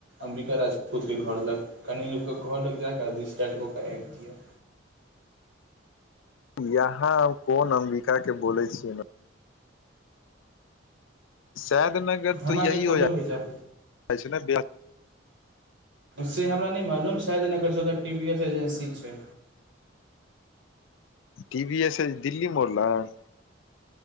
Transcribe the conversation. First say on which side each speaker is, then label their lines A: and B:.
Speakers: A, on the right; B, on the left.
A: अं्बिका राजपूत घर लग कनि लोक घर लग जााकऽ दिस टाारट कऽ केऽ आबि दिये
B: यहाँ कोन अम्बिका के बोलै छियै ने सैद नगर
A: हमरा
B: तऽ यही
A: के फोटो
B: हो जा
A: भेजा
B: छै ने
A: से हमरा नहि मालूम शायदर चौ टी वी एस एजेन्सी छै
B: टि भी एस एजेदिलली मोर लग